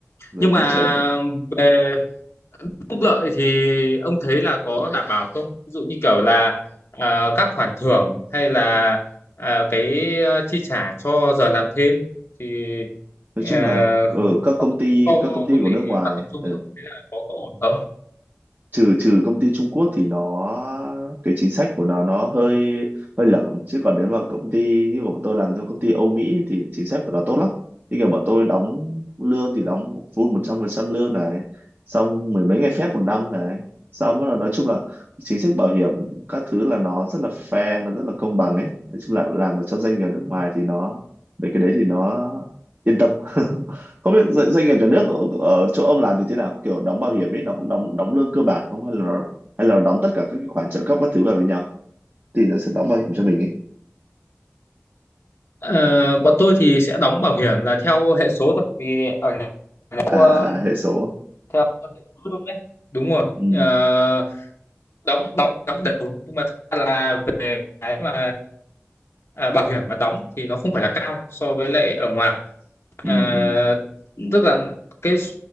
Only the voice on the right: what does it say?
rồi
di chuyển
nói
chung là ở các công ty
các công ty
của
nước ngoài
ờ,
trừ trừ công ty Trung Quốc thì nó cái chính sách của nó nó hơi hơi lởm chứ còn nếu mà công ty như của bọn tôi làm cho công ty Âu Mỹ thì chính sách của nó tốt lắm như kiểu bọn tôi đóng lương thì đóng full một trăm phần trăm lương này xong mười mấy ngày phép một năm này xong bắt đầu nói chung là chính sách bảo hiểm các thứ là nó rất là fair nó rất là công bằng ấy nói chung là làm mà cho doanh nghiệp nước ngoài thì nó về cái đấy thì nó yên tâm <laughs> không biết doanh, doanh nghiệp nhà nước ở, ở chỗ ông làm thì thế nào kiểu đóng bảo hiểm ấy nó cũng đóng đóng lương cơ bản không hay là hay là nó đóng tất cả các cái khoản trợ cấp các thứ vào với nhau thì nó sẽ đóng bảo hiểm cho mình ấy
à
à, hệ số
ừ,
ừ, ừ.